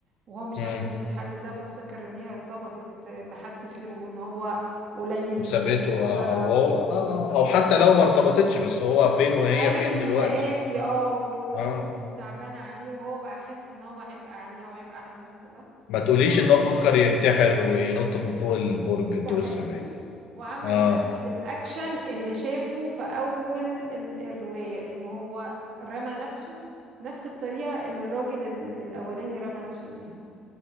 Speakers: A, on the right; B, on the left.
A: وهو مش
B: مم.
A: عارف مين الحد ده فافتكر ان هي ارتبطت آه، بحد غيره وان هو قليل
B: وسابته
A: جدا في نظرها
B: آه، أو هو آه،
A: وف-
B: أو
A: و-
B: حتى
A: و-
B: لو ما ارتبطتش بس هو فين وهي
A: عارف
B: فين
A: المقاسي
B: دلوقتي
A: اه و-
B: آه.
A: وامه اللي تعبانه عليه وهو بقى حاسس ان هو عبء عليها وعبء على الناس كلها
B: ما تقوليش
A: فقرر
B: إن هو
A: ان
B: فكر
A: هو ينتحر
B: ينتحر وينط من فوق البرج الدور
A: ده حقيقي
B: السبعين
A: وعمل
B: آه
A: نفس الأكشن اللي شافه في أول ال- الرواية إن هو رمى نفسه نفس الطريقة اللي الراجل ال- الأولاني رمى نفسه بيها